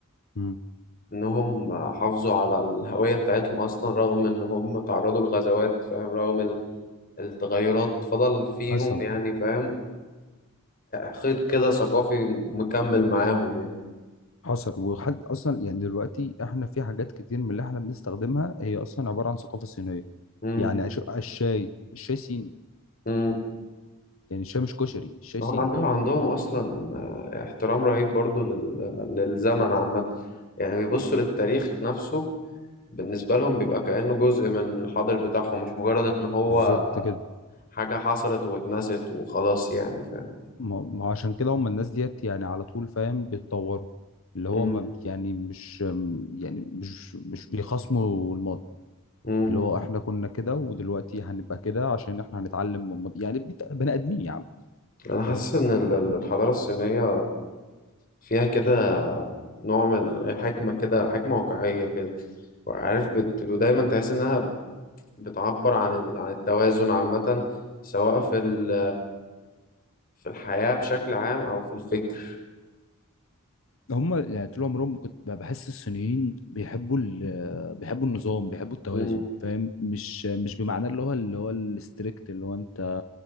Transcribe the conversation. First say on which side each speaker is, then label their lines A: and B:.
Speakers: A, on the left; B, on the left.
A: مم.
B: إنهم آه، حافظوا على الهوية بتاعتهم أصلا رغم إن هم تعرضوا لغزوات فاهم رغم ال- التغيرات فضل فيهم
A: حصل
B: يعني فاهم خيط كده ثقافي مكمل معاهم يعني
A: حصل وحد اصلا يعني دلوقتي احنا في حاجات كتير من اللي احنا بنستخدمها هي اصلا عباره عن ثقافه صينيه
B: مم.
A: يعني عش- الشاي الشاي صيني
B: مم.
A: يعني الشاي مش كشري الشاي
B: هو
A: صيني
B: عندهم عندهم اصلا آه، احترام رهيب برضو لل... للزمن عامه يعني بيبصوا للتاريخ نفسه بالنسبه لهم بيبقى كانه جزء من الحاضر بتاعهم مش مجرد ان هو
A: بالظبط كده
B: حاجه حصلت واتنست وخلاص يعني فاهم
A: ما ما هو عشان كده هم الناس ديت يعني على طول فاهم بيتطوروا اللي
B: مم.
A: هو ما بي- يعني مش يعني مش مش بيخصموا الماضي
B: مم.
A: اللي هو احنا كنا كده ودلوقتي هنبقى كده عشان احنا هنتعلم من الماضي يعني بيت- بني ادمين يا عم
B: انا حاسس
A: فاهم
B: ان ال- ال- الحضاره الصينيه فيها كده نوع من حكمه كده حكمه واقعيه كده عارف بت... ودايما تحس انها بتعبر عن ال... عن التوازن عامه سواء في ال... في الحياة بشكل عام أو في الفكر
A: هم يعني طول عمرهم كنت ب- بحس الصينيين بيحبوا ال بيحبوا النظام بيحبوا التوازن
B: مم.
A: فاهم مش مش بمعنى اللي هو اللي هو الستريكت اللي هو انت